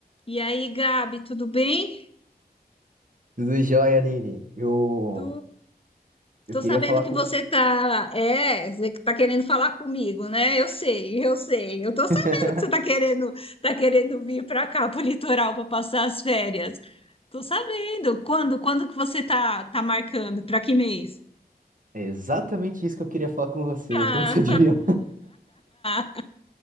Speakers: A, on the left; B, on the right.
A: E aí, Gabi, tudo bem?
B: Tudo jóia, Aline. Eu,
A: Tu,
B: eu
A: tô
B: queria
A: sabendo
B: falar
A: que
B: com.
A: você tá, é, você que tá querendo falar comigo, né? Eu sei, eu sei. Eu tô sabendo
B: <laughs>
A: que você tá querendo, tá querendo vir para cá, pro litoral, para passar as férias. Tô sabendo. Quando, quando que você tá, tá marcando? Para que mês?
B: É exatamente isso que eu queria falar com você.
A: Ah,
B: Como você diria?
A: <laughs>